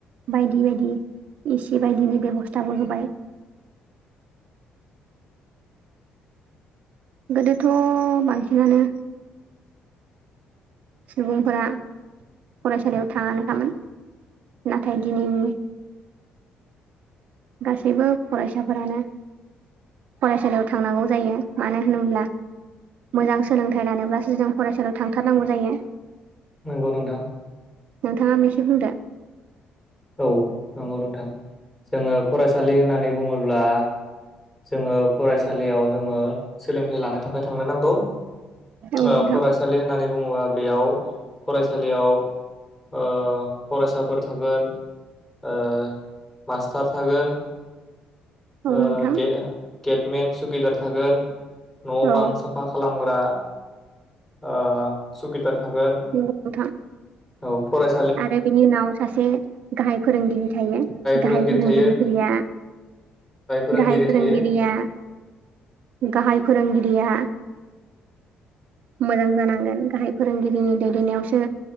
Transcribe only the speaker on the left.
नंगौ नोंथां
औ नंगौ नोंथां जोङो फरायसालि होननानै बुङोब्ला जोङो फरायसालियाव जोङो सोलोंथाइ लानो थाखाय थांनो नांगौ
ओ
फरायसालि होननानै बुङोबा बेयाव फरायसालियाव ओ फरायसाफोर थागोन ओ मास्टार थागोन।
ओ
गेटमेन सुगिदार थागोन न'
बां साफा खालामग्रा ओ सगिदार थागोन
औ फराय
फोरोंगिरि
थायो फोरोंगिरि
थायो